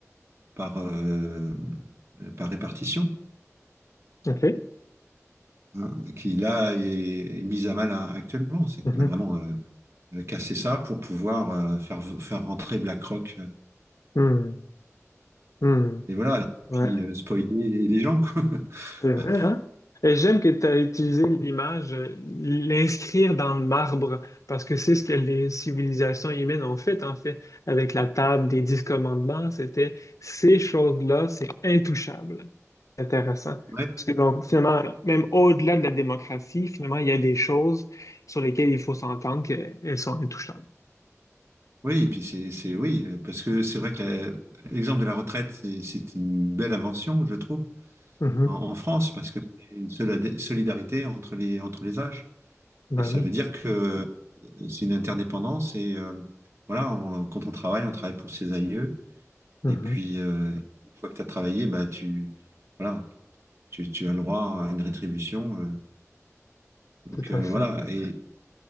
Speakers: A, on the right (about 50°); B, on the left (about 75°).
A: par, euh, euh, par répartition,
B: OK.
A: hein, qui là est, est mise à mal hein, actuellement. C'est
B: Mhm.
A: qu'ils veulent vraiment euh, euh, casser ça pour pouvoir euh, faire, faire rentrer BlackRock. euh,
B: Mhm. Hmm,
A: Et voilà, et
B: ouais,
A: puis euh, spoiler les gens, quoi.
B: c'est vrai,
A: <laughs>
B: hein? Et j'aime que tu as utilisé l'image, euh, l'inscrire dans le marbre, parce que c'est ce que les civilisations humaines ont fait, en fait, avec la table des dix commandements, c'était ces choses-là, c'est intouchable. Intéressant.
A: Ouais,
B: Parce que donc, finalement, même au-delà de la démocratie, finalement, il y a des choses sur lesquelles il faut s'entendre qu'elles sont intouchables.
A: Oui, et puis c'est, c'est, oui, euh, parce que c'est vrai que la- l'exemple de la retraite, c'est c'est une belle invention, je trouve,
B: Mhm.
A: en, en France, parce que c'est une solida- solidarité entre les, entre les âges.
B: Ben
A: Et ça
B: oui.
A: veut dire que euh, c'est une interdépendance, et euh, voilà, on- quand on travaille, on travaille pour ses aïeux,
B: Mhm.
A: et puis euh, une fois que tu as travaillé, bah, tu, voilà, tu, tu as le droit à une rétribution. euh. donc
B: Tout
A: euh,
B: à fait.
A: voilà, et